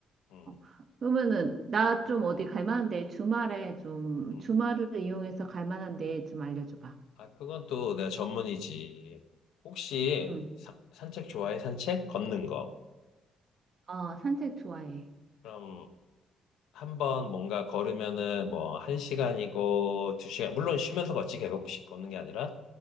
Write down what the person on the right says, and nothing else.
어. 그러면은 나
좀 어디 갈 만한데 주말에 좀
주말을 이용해서 갈 만한데 좀 알려줘 봐.
응.
어, 산책 좋아해.